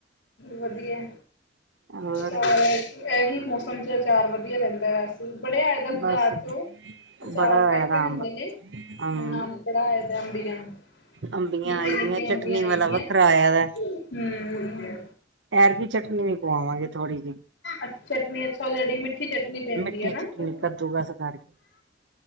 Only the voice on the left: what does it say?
ਵਧੀਆ
ਅਚਾਰ ਇਹੀ ਮੌਸਮ ਚ ਅਚਾਰ ਵਧ, ਵਧੀਆ ਰਹਿੰਦਾ ਵੇਸੇ ਬਡੇ ਆਏ ਦੇ ਬਾਜ਼ਾਰ
ਚੋਂ ਅਚਾਰ
ਕਟ
ਕੇ
ਦਿੰਦੇ
ਨੇ।
ਹੁਣ ਆਮ ਬੜਾ ਆਏ ਦਾ ਅਂਬੀਆਂ,
ਨਿੱਕੀਆਂ
ਨਿੱਕੀਆਂ
ਅਂਬੀਆ ਆਈ
ਦਿਆ,
ਹਮ,
ਅ ਚਟਨੀ ਅੱਛਾ ਓਹ ਜੇੜੀ ਮਿੱਠੀ ਚਟਨੀ ਪੈਂਦੀ
ਏ ਨਾ।
ਹਾਂ,